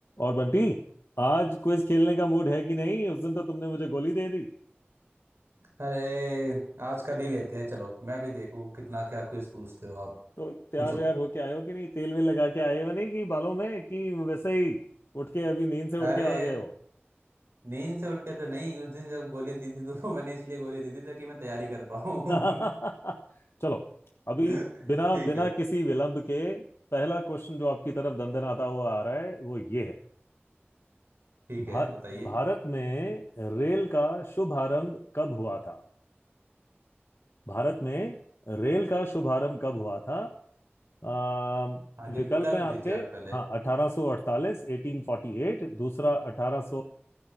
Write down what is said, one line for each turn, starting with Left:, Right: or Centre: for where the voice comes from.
Left: और बंटी आज क्विज खेलने का मूड है कि नहीं उस दिन तो तुमने मुझे गोली दे दी
Right: अरे आज का नहीं लेते हैं चलो मैं भी देखूं कितना क्या क्विज पूछते हो आप
Left: तो तैयार
Right: पूछो
Left: व्यार होके आए हो कि नहीं तेल वेल लगा के आए हो नहीं कि बालों में कि वैसे ही उठ के अभी नींद से
Right: अरे
Left: उठ के आ गए हो
Right: नींद से उठ के तो नहीं उस दिन जब गोली दी थी तो <laughs> मैंने इसलिए गोली दी थी ताकि मैं तैयारी कर पाऊँ
Left: <laughs> चलो अभी
Right: <laughs> ठीक
Left: बिना बिना
Right: है
Left: किसी विलंब के पहला क्वेश्चन जो आपकी तरफ दंदनाता हुआ आ रहा है वो ये है
Right: ठीक
Left: भा,
Right: है बताइए
Left: भारत में रेल का शुभारंभ कब हुआ था भारत में रेल का शुभारंभ कब हुआ था आ,
Right: हाँ जी
Left: विकल्प
Right: विकल्प
Left: हैं आपके
Right: दीजिए आप पहले
Left: हाँ 1848 1848